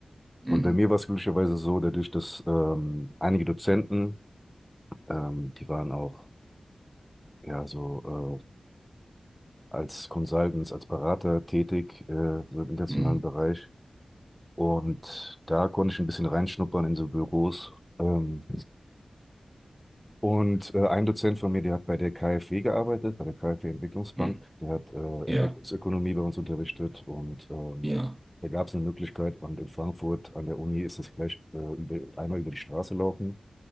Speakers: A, on the right; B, in the centre.
A: Mhm.
B: Und bei mir war es glücklicherweise so, dadurch, dass ähm, einige Dozenten, ähm, die waren auch Ja, so äh, als Consultants, als Berater tätig, äh, so im internationalen
A: Mhm.
B: Bereich. Und da konnte ich ein bisschen reinschnuppern in so Büros. Ähm, und äh, ein Dozent von mir, der hat bei der KfW gearbeitet, bei der KfW Entwicklungsbank.
A: Mhm.
B: Der hat äh,
A: Ja,
B: Entwicklungsökonomie bei uns unterrichtet und ähm,
A: ja,
B: da gab es eine Möglichkeit. Und in Frankfurt an der Uni ist das gleich äh, über, einmal über die Straße laufen.